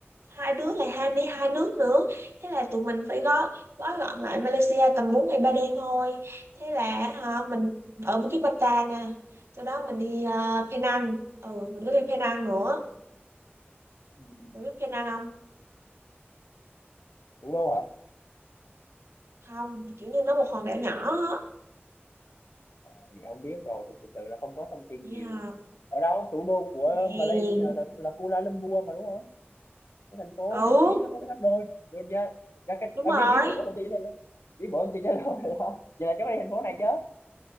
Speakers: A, on the right; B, on the left.
A: hai đứa lại ham đi hai nước nữa thế là tụi mình phải gói gói gọn lại Malaysia tầm 4 ngày 3 đêm thôi thế là họ mình ở Bukit Bintang nè sau đó mình đi ờ, Penang ừ mình có đi Penang nữa
B: Ừ.
A: mình biết Penang không
B: thủ đô hả
A: không kiểu như nó một hòn đảo nhỏ á.
B: Ờ, Vậy không biết rồi, thực sự sự là không có thông tin
A: vậy
B: nhiều.
A: hả
B: Ở đâu thủ đô của
A: yeah.
B: Malaysia là là Kuala Lumpur mà đúng không? Cái thành phố
A: ừ
B: nổi tiếng nó có cái tháp đôi. Đôi ra, ra cái
A: đúng
B: à,
A: rồi
B: biết biết bộ thông tin thôi nhé. Biết bộ thông tin đó rồi <laughs> đó. Vậy là cháu có đi thành phố này chứ?